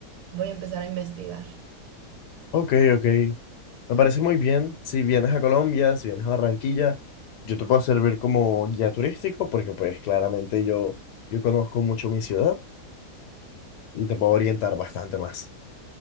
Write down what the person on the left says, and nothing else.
Ok, ok, me parece muy bien. Si vienes a Colombia, si vienes a Barranquilla, yo te puedo servir como guía turístico, porque pues claramente yo, yo conozco mucho mi ciudad y te puedo orientar bastante más.